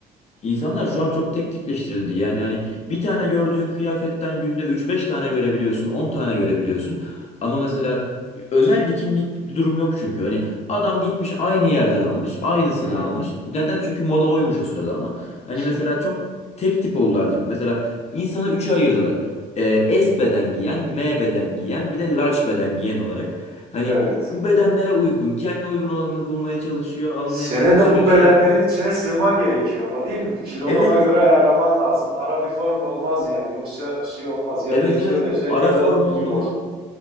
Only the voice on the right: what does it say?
Onu...
Hı hı.
İşte
evet.
Senin
de bu bedenlerin
içine sığman gerekiyor ama değil mi? Bir kilonu
ona göre ayarlaman lazım. Ara bir form olmaz yani. Yoksa şey olmaz. Ya
ve kilo
vereceksin
ya
da milyum
olacaksın.